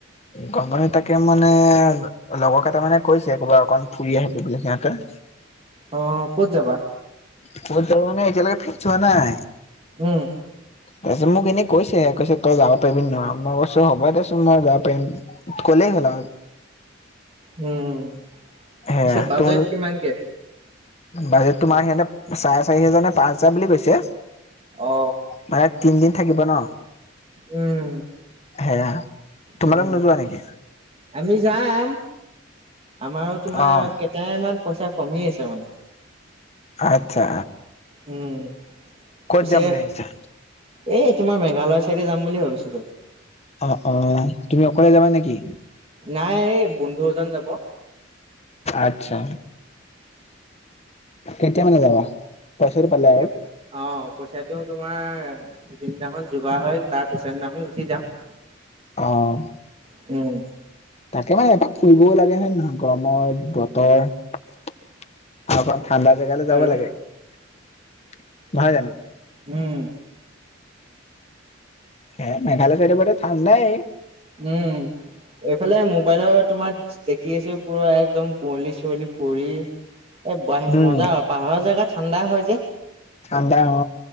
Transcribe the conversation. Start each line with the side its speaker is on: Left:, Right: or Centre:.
Left: গ- গলে তাকে মানে লগৰ কেইটা মানে কৈছে ক'ৰবাত অকন ফুৰি আহোগে বুলি সিহঁতে।
Right: অ ক'ত যাবা
Left: ক'ত যাবা মানে এতিয়া লৈকে ফ্ৰিছ হোৱা নাই।
Right: উম,
Left: তাৰপিছত মোক এনে কৈছে কৈছে তই যাব পাৰি নোৱাৰ মই কৈছো হব দোৰিছোন মই যাম, পাৰিম ক'লেই হল আও,
Right: উম
Left: সেয়া
Right: পিছে বাজেট
Left: তুমি
Right: কিমানকে।
Left: বাজেট তোমাৰ সিহঁতে চাৰে চাৰি হোজাৰ নে পাঁচ হোজাৰ বুলি কৈছে।
Right: অ
Left: মানে তিনিদিন থাকিব ন।
Right: উম
Left: সেয়া তোমালোক
Right: উম
Left: নোযোৱা নেকি।
Right: আমি যাম আমাৰো তোমাৰ,
Left: অ'
Right: তাই ইমান পইচা কমি আছে মানে।
Left: আচ্ছা,
Right: উম,
Left: কত
Right: পিছে
Left: যাম বুলি ভাবিছা।
Right: এই তোমাৰ মেঘালয় চাইডে যাম বুলি ভাবিছিলো।
Left: অ অ তুমি অকলে যাবা নেকি।
Right: নাই এই বন্ধু এজন যাব।
Left: আচ্ছা কেতিয়া মানে যাবা পইচাটো পালে আৰু
Right: এ অ পইচাটো তোমাৰ যোনদিনাখন যোগাৰ হয় তাৰ পিছৰ দিনাখন গুচি যাম।
Left: অঁ
Right: উম।
Left: তাকে মানে এপাক ফুৰিবও লাগে হয় নহয় গৰমৰ বতৰ তা পা। ঠাণ্ডা জেগালৈ যাব
Right: আৰু
Left: লাগে নহয় জানো।
Right: উম,
Left: এ মেঘালয় চাইদে বাৰু ঠাণ্ডাই,
Right: উম এইফালে মোবাইলৰ তোমাৰ। দেখি আছো পুৰা একদম কুঁৱলী চুঁৱলি পৰি। এই গৈ আহিম
Left: উম।
Right: মজা পাহাৰৰ জেগা ঠাণ্ডা হয় যে।
Left: ঠাণ্ডা অ।